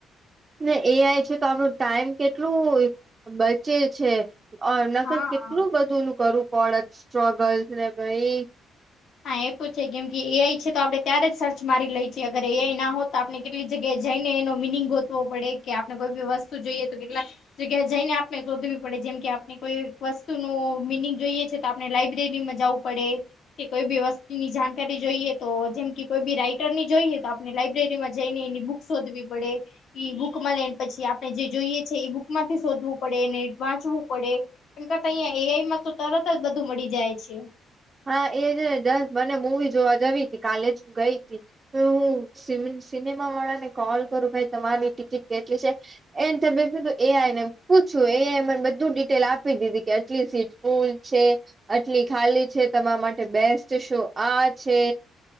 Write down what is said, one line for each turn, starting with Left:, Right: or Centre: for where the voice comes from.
Right: ને એઆઈ છે તો આપણ ટાઈમ કેટલું બચે છે. અ એમના
Left: હા.
Right: કર કેટલું બધું નું કરવું પડત સ્ટ્રગલ્સ ને ભાઈ.
Left: હા એ તો છે કેમ કે એઆઈ છે તો આપણે ત્યારે જ સર્ચ મારી લે છએ અગર એઆઈ ના હો તો આપ આપને કેટલી જગ્યાએ જઈ ને એનો મિનિંગ ગોતવો પડે કે આપણે કોઈ બી વસ્તુ જોઈએ તો કેટલા જોગ્યા જઈને આપને શોધવી પડે જેમ કે આપણે કોઈ વસ્તુ ન મિનિંગ જોઈએ છે. તો આપણે લાઈબ્રેરીમાં જવું પડે. કોઈ બી વસ્તુની જાણકારી જોઈએ તો જેમ કે કોઈ બી રાઈટરની જોઈએ તો આપણે લાયબ્રેરીમાં જઈને એની બુક. સુધવી પડે. બુકમાં લેને પછી, આપણે જે જોઈએ છે એ બુક માંથી શોધવું પડે, ને વાંચવું પડે. એમ કરતા અહિયાં એઆઈ માં તો તરત જ બધું મળી જાય છે.
Right: હા એ છે ને દસ મને મુૂવી જોવા જવી હતી કાલે જ હું ગઈ હતી. હું સિનેમા વાળા ને કોલ કરું ભાઈ તમારી ટિકિટ કેટલી છે? એને તમે બધું એ આઈ ને પૂછું એઆઈ મને બધું ડિટેલ આપી દીધી કે ટલી સીટ ફુલ છે, આટલી ખાલી છે. તમારા માટે બેસ્ટ શો આ છે.